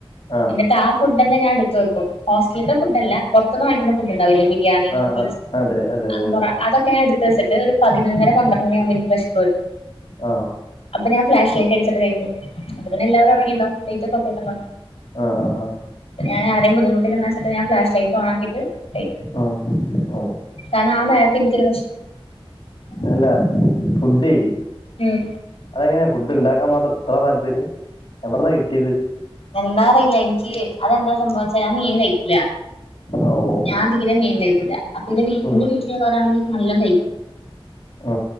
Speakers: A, on the left; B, on the left.
A: ആഹ് ആഹ്
B: ഇന്നിട്ട് ആ ഫുഡന്നെ ഞാ എടുത്ത് വെക്കും ഹോസ്റ്റലിത്തെ ഫുഡല്ല പുറത്തുന്ന് വാങ്ങിക്കുന്ന ഫുഡ്ണ്ടാവില്ലേ ബിരിയാണി ന്യൂഡിൽസ്
A: ആഹ് അതെ അതെ അതെ
B: പൊറാ
A: അതെ
B: അതൊക്കെ ക്കെ ഞാ ഇടുത്ത് വച്ചിട്ട് ഒരു പതിനൊന്നര പന്ത്രണ്ടണിയാവുമ്പോ ഇനിക്ക് വെശപ്പരും
A: ആഹ്
B: അപ്പ ഞാൻ ഫ്ലാഷ് ലൈറ്റ്ടിച്ചിട്ട് കഴിക്കും അപത്തിന്നെല്ലാരും ഉറങ്ങിണ്ടാവും ലൈറ്റോക്കെ ഓഫിതിട്ട്ണ്ടാവും
A: ആഹ് ആഹ്
B: ഞാൻ ആരെയും ബുദ്ധിമു ച്ച ഞാഫ്ലാഷ്ലൈറ്റ് ഓണാക്കിട്ട് കഴിക്കും
A: ആഹ് ഓഹ്
B: കാരണം ആ നേരത്ത് ഇൻക്കൊരു വെശപ്പ്
A: നല്ല ഫുഡേ
B: ഉം
A: അതെങ്ങനെയാ ഫുഡ് ഇണ്ടാക്കാൻ മാത്രം ഇത്ര താല്പര്യം എവിട്ന്നാ കിട്ടിയേത്
B: എന്താ അറിയില്ല ഇനിക്ക് അതെന്താ സംഭവച്ചാ ഞാ മീ കഴിക്കില്ല
A: ഓഹ്
B: ഞാതീരെ മീകഴിക്കില്ല അപ്പൊ ഇന്റെ
A: ഉം
B: ഇന്റെ വീട്ടിലുള്ളോരാണെങ്കി നല്ലോ കഴിക്കും
A: ആ